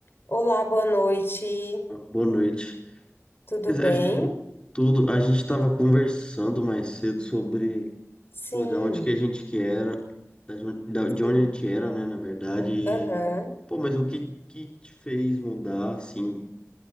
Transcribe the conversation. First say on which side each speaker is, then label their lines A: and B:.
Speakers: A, on the left; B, on the left.
A: Olá, boa noite.
B: Boa noite.
A: Tudo
B: Pois
A: bem?
B: é, a gente, tudo, a gente estava conversando mais cedo sobre,
A: Sim,
B: pô, da onde que a gente que era, da jon- da- de
A: sim.
B: onde a gente era, né, na verdade, e,
A: Aham.
B: pô, mas o que que te fez mudar, assim,